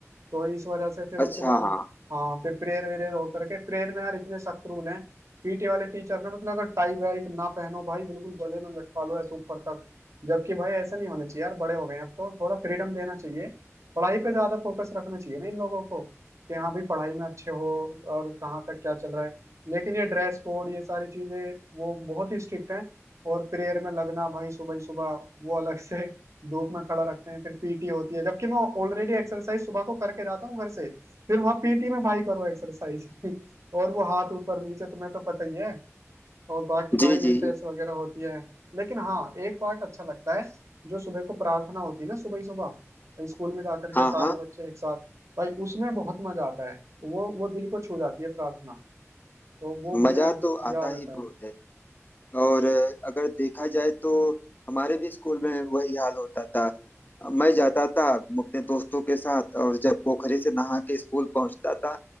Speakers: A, on the right; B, on the left.
A: तो इस वजह से फिर उसके
B: अच्छा
A: बाद
B: हाँ
A: हाँ फिर प्रेयर वेरेयर होकर के प्रेयर में यार इतने सख्त रूल हैं पीटी वाले टीचर ने मतलब अगर टाई बेल्ट ना पहनो भाई बिल्कुल गले में लटका लो ऐसे ऊपर तक जबकि भाई ऐसा नहीं होना चाहिए यार बड़े हो गए हैं अब तो थोड़ा फ्रीडम देना चाहिए पढ़ाई पे ज्यादा फोकस रखना चाहिए ना इन लोगों को कि हाँ भाई पढ़ाई में अच्छे हो और कहाँ तक क्या चल रहा है लेकिन ये ड्रेस कोड ये सारी चीजें वो बहुत ही स्ट्रिक्ट हैं और प्रेयर में लगना भाई सुबह ही सुबह वो अलग से धूप में खड़ा रखते हैं फिर पीटी होती है जबकि मैं ऑलरेडी एक्सरसाइज सुबह को करके जाता हूँ घर से फिर वहाँ पीटी में भाई करो एक्सरसाइज <laughs> और वो हाथ ऊपर नीचे तुम्हें तो पता ही है और बाकी भाई
B: जी
A: रिसेस
B: जी
A: वगैरह होती है लेकिन हाँ एक पार्ट अच्छा लगता है जो सुबह को प्रार्थना होती है ना सुबह ही सुबह स्कूल में जा करके
B: हाँ
A: सारे
B: हाँ
A: बच्चे एक साथ भाई उसमें बहुत मजा आता है वो वो दिल को छू जाती है प्रार्थना तो वो
B: मजा
A: मुझे
B: तो आता
A: याद आता
B: ही बहुत
A: है
B: है और अ, अगर देखा जाए तो हमारे भी स्कूल में वही हाल होता था मैं जाता था अपने दोस्तों के साथ और जब पोखरे से नहा के स्कूल पहुंचता था